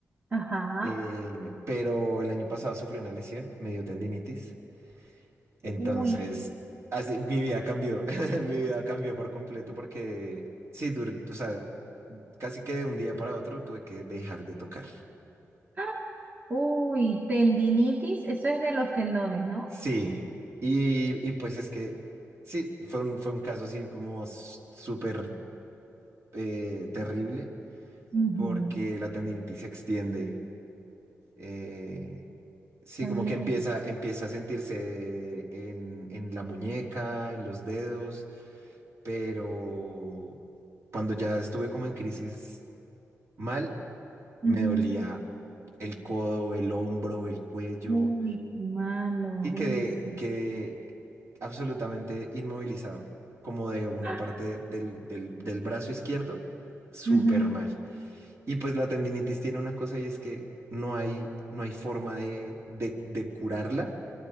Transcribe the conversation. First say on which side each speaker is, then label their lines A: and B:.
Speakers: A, on the right; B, on the right.
A: ajá.
B: Eh, pero el año pasado sufrí una lesión, me dio tendinitis, entonces
A: Uy,
B: así, mi vida cambió, <laughs> mi vida cambió por completo porque sí, dur- o sea, casi que de un día para otro tuve que dejar de tocar.
A: ah, uy, tendinitis, eso es de los tendones, ¿no?
B: Sí, y, y pues es que sí, fue un, fue un caso así como s- súper eh, terrible
A: Ujú,
B: porque la tendinitis se extiende. eh, sí,
A: Sabía
B: como que empieza,
A: eso.
B: empieza a sentirse en, en la muñeca, en los dedos, pero cuando ya estuve como en crisis mal, me
A: Ujú.
B: dolía el codo, el hombro, el cuello.
A: Uy, qué malo
B: Y quedé,
A: eso.
B: quedé absolutamente inmovilizado, como de una
A: Ah,
B: parte del, del, del brazo izquierdo, súper
A: ujú.
B: mal. Y pues la tendinitis tiene una cosa y es que no hay, no hay forma de, de, de curarla